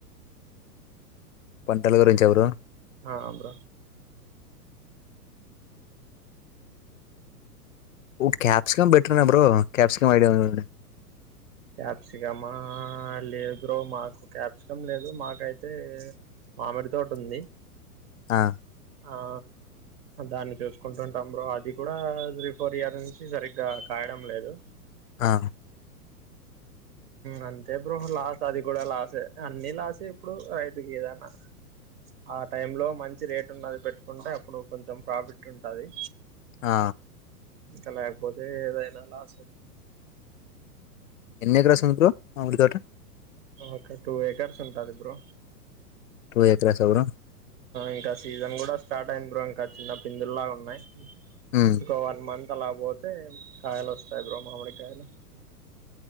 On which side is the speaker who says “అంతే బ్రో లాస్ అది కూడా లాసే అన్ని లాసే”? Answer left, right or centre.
Right